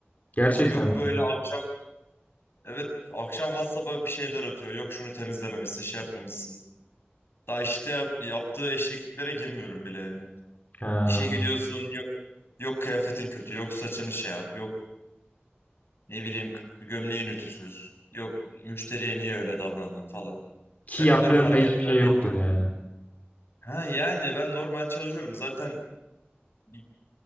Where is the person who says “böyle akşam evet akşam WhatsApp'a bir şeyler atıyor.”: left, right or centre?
Left